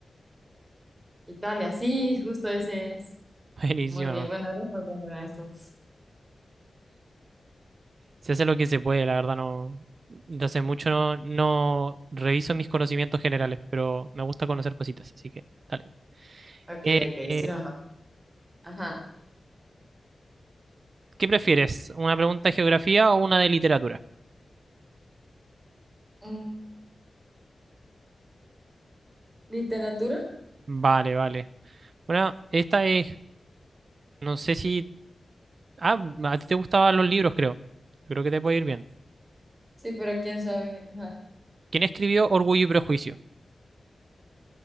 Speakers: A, on the right; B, on the right.
A: Italia, sí, justo ese es.
B: <laughs> Buenísima.
A: Muy bien,
B: Weón.
A: bueno, eres muy bueno en eso.
B: Se hace lo que se puede, la verdad no. De hace mucho no, no reviso mis conocimientos generales, pero me gusta conocer cositas, así que dale.
A: Ok,
B: Eh,
A: ok,
B: eh,
A: sí o no. Ajá.
B: ¿Qué prefieres? ¿Una pregunta de geografía o una de literatura?
A: Mm, ¿literatura?
B: Vale, vale. Bueno, esta es, no sé si... Ah, a ti te gustaban los libros, creo. Creo que te puede ir bien.
A: Sí, pero quién sabe. Ajá.
B: ¿Quién escribió Orgullo y Prejuicio?